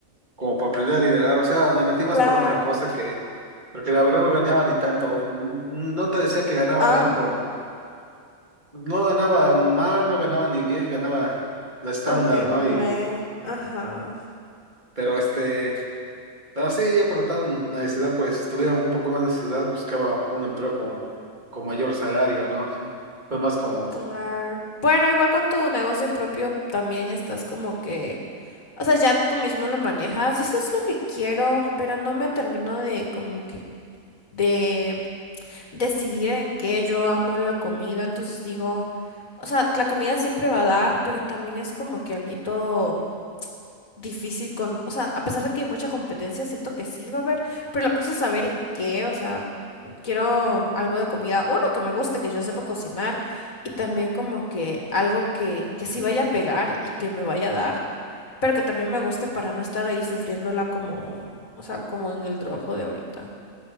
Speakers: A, on the right; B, on the left.
A: como para aprender a liderar, o sea, me metí más
B: Claro.
A: por otra cosa que, porque la verdad no ganaba ni tanto, Mm, no te decía que ganaba
B: Ah,
A: bien, pero no ganaba mal, no ganaba ni bien, ganaba lo estándar,
B: como que
A: ¿no?
B: me...
A: Y,
B: Ajá,
A: pero este... Pero sí, yo como tal en la necesidad, pues tuviera un poco más de necesidad, buscaba un empleo con, con mayor salario, ¿no? <laughs> Fue más como,
B: claro. Bueno, igual con tu negocio propio también estás como que O sea, ya tú mismo lo manejas y eso es lo que quiero, pero no me termino de como que de decidir en qué yo amo la comida, entonces digo, o sea, la comida siempre va a dar, pero también es como que alguito difícil con, o sea, a pesar de que hay mucha competencia, siento que sí va a haber, pero la cosa es saber en qué, o sea, quiero algo de comida, uno que me guste, que yo sepa cocinar y también como que algo que que sí vaya a pegar y que me vaya a dar pero que también me guste para no estar ahí sufriéndola como, o sea, como en el trabajo de ahorita.